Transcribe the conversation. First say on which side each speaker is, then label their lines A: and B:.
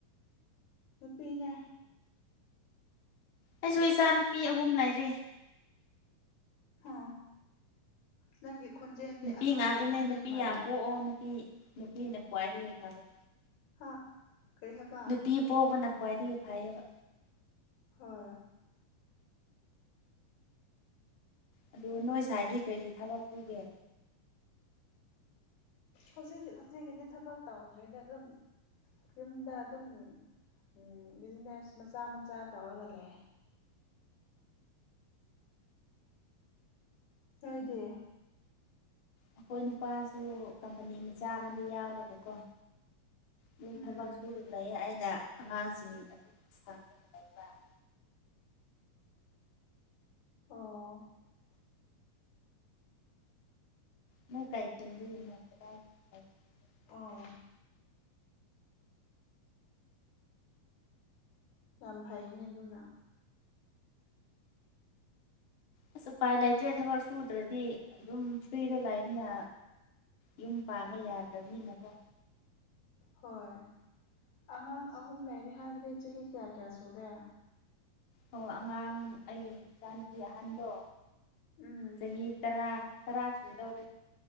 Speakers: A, on the left; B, on the left.
A: ꯅꯨꯄꯤꯅ‌ꯦ
B: ꯑꯩꯁꯨ ꯏꯆꯥ ꯅꯨꯄꯤ ꯑꯍꯨꯝ ꯂꯩꯔꯦ
A: ꯑꯣ ꯅꯪꯒꯤ ꯈꯣꯟꯖꯦꯜꯗꯤ
B: ꯅꯨꯄꯤ
A: ꯑꯉꯥꯡꯒꯤ
B: ꯉꯥꯛꯇꯅꯦ
A: ꯈꯣꯟꯖꯦꯜ
B: ꯅꯨꯄꯤ
A: ꯃꯥꯜꯂꯦ
B: ꯌꯥꯝ ꯄꯣꯛꯑꯣ ꯅꯨꯄꯤ ꯅꯨꯄꯤꯅ ꯈ꯭ꯋꯥꯏꯗꯒꯤ ꯐꯔ‌ꯦ
A: ꯍꯥ ꯀꯔꯤ ꯍꯥꯏꯕ
B: ꯅꯨꯄꯤ ꯄꯣꯛꯄꯅ ꯈ꯭ꯋꯥꯏꯗꯒꯤ ꯐꯩꯌꯦꯕ
A: ꯍꯣꯏ
B: ꯑꯗ‌ꯣ ꯅꯣꯏ ꯁꯥꯏꯗꯤ ꯀꯔꯤ ꯊꯕꯛ ꯁꯨꯒꯦ
A: ꯍꯧꯖꯤꯛꯀꯤ ꯍꯧꯖꯤꯛꯀꯤꯗꯤ ꯊꯕꯛ ꯇꯧꯗ꯭ꯔꯤꯗ ꯗꯨꯝ ꯌꯨꯝꯗ ꯑꯗꯨꯝ ꯎꯝ ꯕꯤꯖꯤꯅꯦꯁ ꯃꯆꯥ ꯃꯆꯥ ꯇꯧꯔꯒ ꯂꯩ ꯅꯣꯏꯗꯤ
B: ꯑꯩꯈꯣꯏ ꯅꯨꯄꯥꯁꯨ ꯀꯝꯄꯅꯤ ꯃꯆꯥ ꯑꯃꯗꯤ ꯌꯥꯎꯔꯒꯀꯣ ꯗꯨꯝ
A: ꯎꯝ
B: ꯊꯕꯛ ꯁꯨꯔꯒ ꯂꯩꯌꯦ ꯑꯩꯅ ꯑꯉꯥꯡꯁꯤꯡ ꯑꯗꯨ ꯁꯥꯡꯉꯒ ꯂꯩꯕ <inaudible>
A: ꯑꯣ
B: ꯅ‌ꯣꯏ ꯀꯩ ꯈꯨꯟꯗꯒꯤꯅ‌ꯣ ꯀꯗꯥꯏ <unintelligible>
A: ꯑꯣ ꯌꯥꯝ ꯐꯩꯅꯦ ꯑꯗꯨꯅ
B: ꯑꯁ ꯎꯄꯥꯏ ꯂꯩꯇ꯭ꯔꯦ ꯊꯕꯛ ꯁꯨꯗ꯭ꯔꯗꯤ ꯑꯗꯨꯝ ꯐ꯭ꯔꯤꯗ ꯂꯩꯝꯅ ꯌꯨꯝ ꯄꯥꯟꯕ ꯌꯥꯗ꯭ꯔꯝꯅꯤꯅꯀꯣ
A: ꯍꯣꯏ ꯑꯉꯥꯡ ꯑꯍꯨꯝ ꯂꯩꯔꯦ ꯍꯥꯏꯕꯗꯤ ꯆꯍꯤ ꯀꯌꯥ ꯀꯌꯥ ꯁꯨꯔꯦ
B: ꯑꯣ ꯑꯉꯥꯡ ꯑꯩ ꯏꯆꯥꯅꯨꯄꯤ ꯑꯍꯟꯗꯣ
A: ꯎꯝ
B: ꯆꯍꯤ ꯇꯔꯥ ꯇꯔꯥ ꯁꯨꯗꯧꯔꯦ